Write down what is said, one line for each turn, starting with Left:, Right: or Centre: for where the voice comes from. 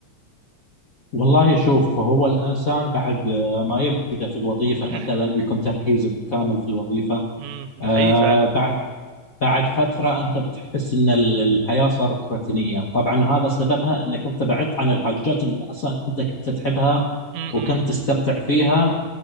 Left: والله شوف هو الإنسان بعد آه، ما يبدأ في الوظيفة
Right: <clears throat>
Left: مثلا ويكون تركيزه كامل في الوظيفة
Right: امم ده
Left: آه،
Right: حقيقي فعلا
Left: بعد بعد فترة أنت بتحس أن ال- الحياة صارت روتينية طبعا هذا سببها أنك أنت بعدت عن الحاجات اللي أصلا أنت كنت تحبها
Right: امم
Left: وكنت تستمتع فيها